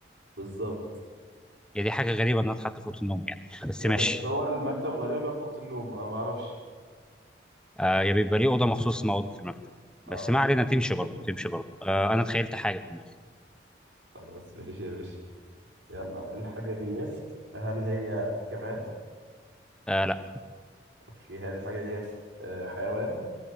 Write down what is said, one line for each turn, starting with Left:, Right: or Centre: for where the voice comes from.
Right: بالظبط
Centre: هي دي حاجه غريبه انها تتحط في اوضه النوم يعني <laughs> بس
Right: آه،
Centre: ماشي
Right: بس هو المكتب غالبا بقى في اوضه النوم آه ما اعرفش
Centre: آه يا بيبقى ليه اوضه مخصوص اسمها اوضه المكتب
Right: اه
Centre: بس ما علينا تمشي برضه
Right: <laughs>
Centre: تمشي برضه آه
Right: بالظبط
Centre: انا تخيلت حاجه في دماغي
Right: خلاص ماشي يا باشا يلا الحاجه ديت هل هي جماد
Centre: آه لا
Right: اوكي هل الحاجه ديت آه، حيوان